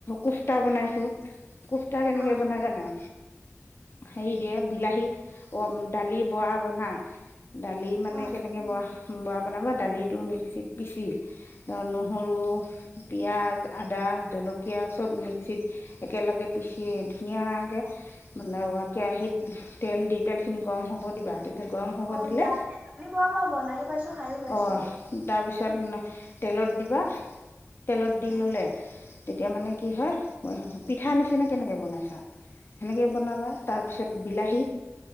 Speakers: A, on the left; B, on the right.
A: কোফ্তা বনাইছোঁ কুফ্তা কেনেকে
B: অ',
A: বনাই জানা হেৰি দিয়ে বিলাহী, দালি বৰা বনাই দালিৰ মানে
B: অ',
A: কেনেকে বৰা বৰা বনাব দালিটো মিক্সিত পিচি ধ নহৰু পিয়াঁজ আদা জলকীয়া চব মিক্সিত একেলগে পিচি ধুনীয়াকে মিলা ই কেৰাহীত তেল দি তেলখিনি গৰম হ'ব দিবা তেতিয়া গৰম হ'ব
B: অ,
A: দিলে
B: দালি দালি বৰ‌ বাও বনায়ো পাইছোঁ, খায়ো পাইছোঁ
A: অঁ তাৰপিছত তেলত দিবা তেলত দি
B: অ',
A: ল'লে তেতিয়া মানে কি হয়? পিঠাৰ নিচিনা কেনেকৈ বনাইছা? সেনেকৈ বনাবা তাৰপিছত বিলাহী